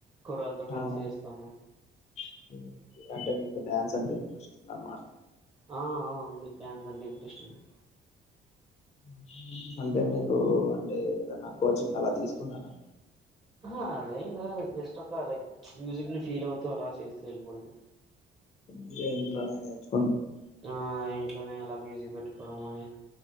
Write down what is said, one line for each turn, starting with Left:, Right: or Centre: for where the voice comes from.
Right: కూరలతో కలిసి
Left: ఆ
Right: వేస్తాము
Left: ఓకే ఓకే. అంటే మీకు డ్యాన్స్ అంటే ఇంట్రెస్ట్ ఉంది అనమాట
Right: ఆ ఉంది డ్యాన్స్ ఉడి ఇంట్రెస్ట్ ఉంది
Left: అ అంటే మీరు అంటే ఏద నా కోచింగ్ అలా తీసుకున్నారా
Right: అద ఇంకా జస్ట్ ఒక లైక్ మ్యూజిక్ ని ఫీల్ అవుతు అలా చేస్తూ వెళ్ళిపోవడమే
Left: మీ ఇంట్లో నైనేతే
Right: ఆ ఇ అంట్లోనే అలా మ్యూజిక్ పెట్టుకోవడడం అని